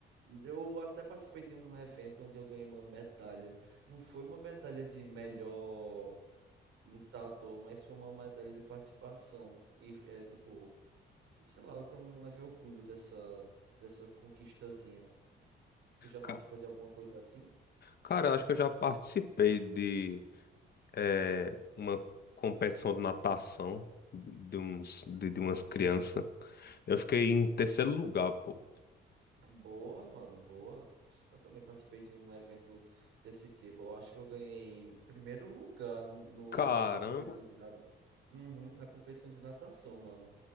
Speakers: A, on the right; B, on the left.
A: Eu até participei de um evento onde eu ganhei uma medalha. Não foi uma medalha de melhor lutador, mas foi uma medalha de participação. E é tipo, sei lá, eu tenho um leve orgulho dessa, dessa conquistazinha. Tu já participou
B: Ca-
A: de alguma coisa assim?
B: Cara, eu acho que eu já participei de eh, uma competição de natação de, uns, de, de umas crianças. Eu fiquei em terceiro lugar, pô.
A: Boa, mano, boa. Eu também participei de um evento desse tipo. Eu acho que eu ganhei primeiro lugar no,
B: Caramba,
A: na competição de nada. Uhum, na competição de natação, mano.